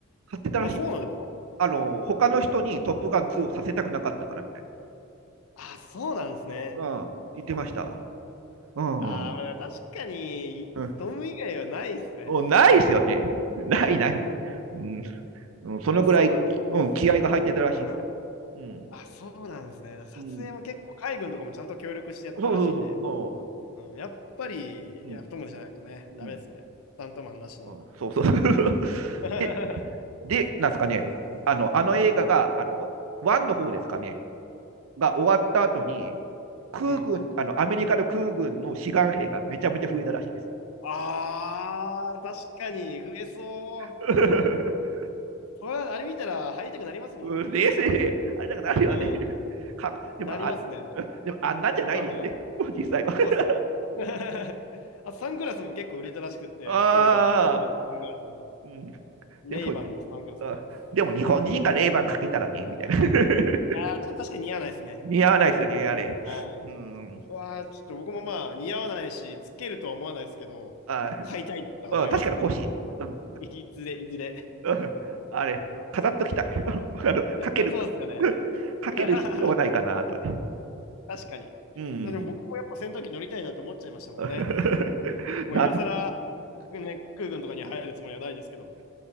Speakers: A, on the right (about 75°); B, on the left (about 85°).
A: 買ってたらしい。
B: あ、そうなんですか。
A: あの他の人にトップガン2をさせたくなかったからみたい
B: あ、そうなんですね。
A: なうん。な。言ってました。うん、
B: あー、
A: うん。
B: まあ、確かに、
A: うん
B: トム以外はないですね。
A: もうないですよね。<laughs> ないない、
B: うん。
A: うん。うんそのぐらい、
B: いや、そうなんです。
A: うん、気合が入ってたらしいですよ。
B: うん。
A: うん。
B: あ、そうなんですね。撮影も結構、
A: うん、
B: 海軍とかもちゃんと協力してやってたらしいんで。
A: そうそうそうそ
B: うん、やっぱり、
A: う。うん。
B: やっぱ友達じゃないとね、
A: うん。
B: ダメですね。スタントマンなしの。
A: うん、そうそう。<laughs>
B: <laughs> は
A: で、で、なんですかね。あの、あの映画が、
B: い。
A: あの、1の方ですかね。が終わった後に、空軍、
B: うん。
A: あの、アメリカの空軍の志願兵がめちゃめちゃ増えたらしいです。
B: ああ、確かに、増えそう。
A: <laughs>
B: これはあれ見たら入りたくなりますもん。
A: うん冷静、あれなんかなるよね。
B: う
A: <laughs> かでもあ、
B: ん。なりますね。
A: <laughs> でもあんなんじゃないでしょうね、
B: あとあの、
A: <laughs> 実際は。<laughs>
B: そうですね。<laughs> あ、サングラスも結構売れたらしくって、
A: ああ、
B: トムが、サングラスも、
A: うん、
B: レイバンのサングラスが。
A: でも、あでも日本人がレイバンかけたらね、みたいな。<laughs>
B: ああ、ちょっと確かに似合わないですね。
A: 似合わないですよね、あれ。
B: はい
A: うん、
B: わあ、ちょっと僕もまあ似合わないし、つけるとは思わないですけど、
A: あ
B: 買いたいなとは思いますね。
A: あ確かに欲しい。うん
B: いずれ、いずれ。
A: うんあれ、飾っときたい。<laughs> あの、
B: いや、
A: かける、
B: そうですよね。
A: <laughs> かける必要はないかなと。
B: <laughs> 確かに。
A: うん。
B: でも僕もやっぱ戦闘機乗りたいなと思っちゃいましたもんね。
A: <laughs>
B: もう今更、
A: なん <laughs>
B: ね、空軍とかに入るつもりはないですけど、